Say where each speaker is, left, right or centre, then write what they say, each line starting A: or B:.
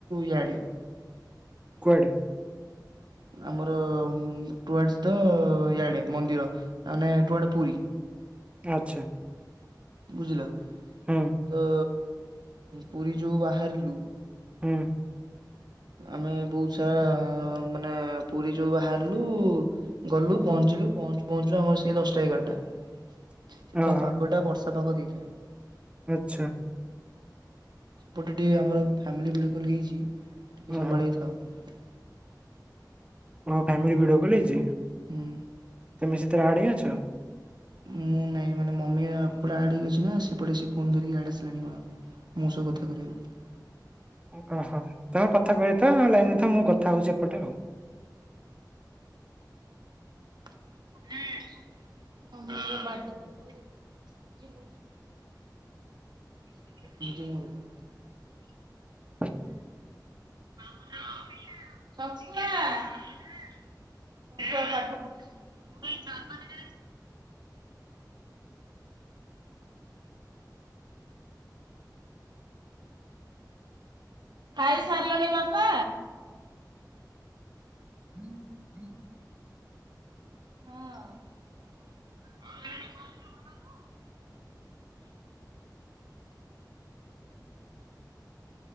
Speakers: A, on the right; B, on the right.
A: ଇଆଡେ।
B: କୁଆଡ଼େ?
A: ଆମର ଟୁଆର୍ଡସ ଦ ଇଆଡ଼େ ମନ୍ଦିର ଆମେ ଟୁଆର୍ଡ ପୁରୀ।
B: ଆଚ୍ଛା।
A: ବୁଝିଲ।
B: ହୁଁ
A: ତ ପୁରୀ ଯୋଉ ବାହାରିଲୁ
B: ହୁଁ।
A: ଆମେ ବହୁତ ସାରା ଆ ମାନେ ପୁରୀ ଯୋଉ ବାହାରିଲୁ ଗଲୁ ପହ ପହଞ୍ଚିଲୁ। ପହଞ୍ଚୁ ପହଞ୍ଚୁ ଆମର ସେଇ ଦଶଟା ଏଗାରଟା।
B: <inaudible>
A: ସେଦିନ
B: ଓହୋ
A: ପାଗ ଟା ବର୍ଷା ପାଗ ଦେଇଥାଏ।
B: ଆଚ୍ଛା।
A: ସେପଟେ ଟିକେ ଆମର ଫ୍ୟାମିଲି ଭଡିଓ କଲ ହେଇଛି ଟିକେ
B: ଓହୋ
A: ସମ୍ଭାଳିକି ଥାଅ।
B: ତମର ଫ୍ୟାମିଲି ଭିଡିଓ କଲ୍ ହେଇଚି?
A: ହୁଁ।
B: ତମେ ସେଥିରେ ଆଡ ହେଇକି ଅଛ।
A: ମୁଁ ନାଇଁ ମାନେ ମମି ଏପଟେ ଆଡ ହେଇ ଅଛି ନା। ସେପଟେ ସେ ଫୋନ୍ ଧରିକି ଇଆଡ଼େ ଆସି <unintelligible> ମୋ ସହ କଥା କରେଇବାକୁ।
B: କହ ତମେ କଥା କହୁଥା ଲାଇନରେ ଥା ମୁଁ କଥା ହଉଚି ଏପଟେ ଆଉ।
A: <unintelligible> <unintelligible>
B: <inaudible>
A: <unintelligible> <unintelligible>
B: <inaudible>
A: ଖାଇ ସାରିଲଣି ବାପା?
B: <inaudible>
A: ହଁ। <unintelligible>
B: <inaudible>